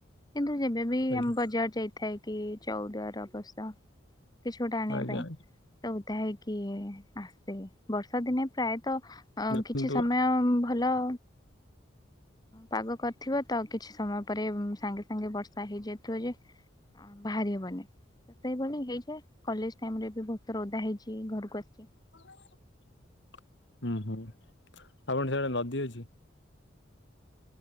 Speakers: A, on the left (about 20°); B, on the left (about 65°).
A: କିନ୍ତୁ ଯେବେ ବି
B: ଆଜ୍ଞା
A: ଆମ ବଜାର ଯାଇଥାଏ କି, ଚଉଦୁଆର ଅବଶ୍ୟ କିଛି ଗୋଟେ ଆଣିଆ
B: ଆଜ୍ଞା
A: ପାଇଁ ତ ଓଦା ହେଇକି ଆସେ, ବର୍ଷା ଦିନେ ପ୍ରାୟତଃ
B: ଦେଖନ୍ତୁ
A: କିଛି ସମୟ ହ୍ୟାଲୋ। ପାଗ କରିଥିବ ତ କିଛି ସମୟ ପରେ, ସାଙ୍ଗେ ସାଙ୍ଗେ ବର୍ଷା ହେଇଯାଇଥିବ ଯେ ଭାରି ହବନି, ସେତେବେଳେ ହେଇଯାଏ କଲେଜ ଟାଇମରେ ବି ବହୁତ ଥର ଓଦା ହେଇଛି, ଘରକୁ ଆସିଛି।
B: ହୁଁ- ହୁଁ ଆପଣ ସିଆଡେ ନଦୀ ଅଛି?